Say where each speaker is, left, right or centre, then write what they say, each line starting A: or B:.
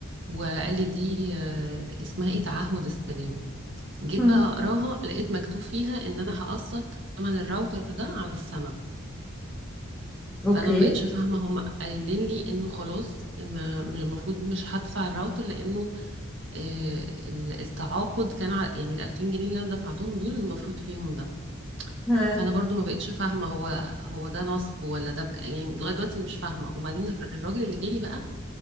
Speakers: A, on the right; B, in the centre.
A: وقال لي دي آه، اسمها ايه تعهد السلام جيت
B: مم.
A: بقى اقراها لقيت مكتوب فيها ان انا هقسط ثمن الراوتر ده على السنه
B: اوكي
A: فانا ما بقتش فاهمه هم قايلين لي انه خلاص ما- المفروض مش هدفع الراوتر لانه آه، ال- التعاقد كان على يعني ال 2000 جنيه اللي انا دفعتهم دول المفروض فيهم ده
B: ها
A: فانا برضو ما بقتش فاهمه هو هو ده نصب ولا ده بج... يعني لغايه دلوقتي مش فاهمه وبعدين الر- الراجل اللي جالي بقى